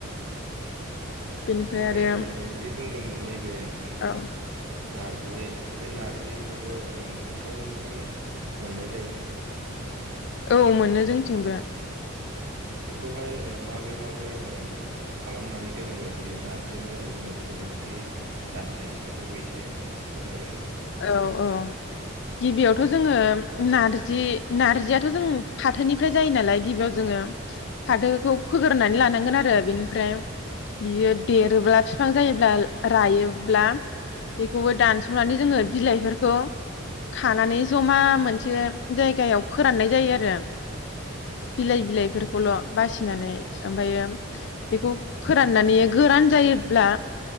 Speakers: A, on the left; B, on the right.
A: बेनिफ्राय
B: ओमफ्राय
A: आरो
B: नों जि बुंदोंमोन नैबे ओ
A: औ
B: नारजि बे नारजिखौबो नोंथांमोननिथिं मोननाय जायो नामा?
A: औ मोनो जोंथिंबो।
B: बेखौहाय माब्रै माब्रै खालामनानै दोनोबा बियो नारजि महराव जोङो बेखौ ओंख्रि जानो हायो बेखौबो एसे फोरमायदो नामा?
A: औ-औ गिबियावथ जोङो नारजिनार्जियाथ जों फाथोनिफ्राय जायो नालाय, गिबियाव जोङो फाथोखौ फोगोरनानै लानांगोन आरो बेनिफ्राय बियो देरोब्ला फिफां जायोब्ला रायोब्ला बेखौबो दानसनानै जोङो बिलाइफोरखौ खानानै जमा मोनसे जायगायाव फोराननाय जायो आरो। बिलाइ-बिलाइफोरखौल।
B: औ
A: बासिनानै ओमफायो बेखौ फोराननानै गोरान जायोब्ला